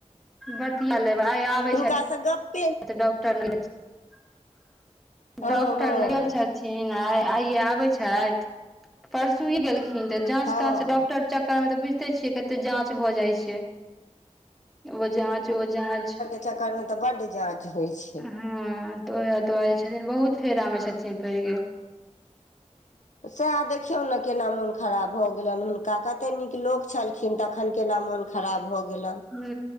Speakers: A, in the centre; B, on the left (about 75°).
A: बतिया लेब आइ आबै छैय।
B: कए से गप <unintelligible>
A: डॉटर <unintelligible>
B: हँ
A: डॉक्टर
B: हँ
A: ने <unintelligible> थिन आ आइये आबय छथि परसुए गेलखिन तऽ जाँच
B: हँ
A: ताँच डॉक्टर चक तऽ मे तऽ बुझते छियै कते जाँच भऽ जाइ छैय ओ जाँच ओ जाँच।
B: चकरमे तऽ बड्ड जाँच होइ छैय।
A: हूं तऽ ओएह दुआरे छथिन बहुत फेरामे छथिन पैरि गेल।
B: सैह देखियौ ने केना मोन खराब भऽ गेलनि हुनका कतेक नीक लोक छलखिन तखन केना मोन खराब भऽ गेलनि।
A: ह